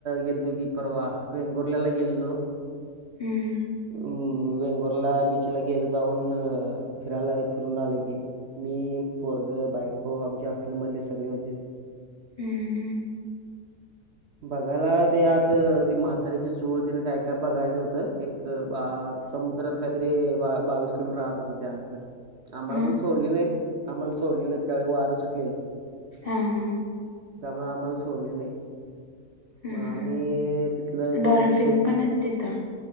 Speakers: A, on the right; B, on the left.
A: गेलतो की परवा वेंगुर्ल्याला गेलेलो
B: हम्म
A: अं वेंगुर्ला बीचला गेलं जाऊन फिरायला फिरून आलं की मी पोरगं, बायको, आमच्या हॉटेलमधले सगळे होतीत.
B: हम्म हम्म
A: बघायला ते आत ती म्हातारीची चूळ तेन काय काय बघायचं होतं एक बा समुद्रात काहीतरी बावीस किलोमीटर आत होत ते अंतर आम्हाला
B: मग
A: पण सोडले नाहीत आम्हाला सोडले नाहीत त्यावेळी वारं सुटलेलं.
B: हा हा
A: त्यामुळे आम्हाला सोडले नाही
B: हम्म
A: मग
B: हम्म
A: आम्ही तिथलं दोन
B: डॉल्फिन
A: तीन दोन
B: पण आहेत तिथं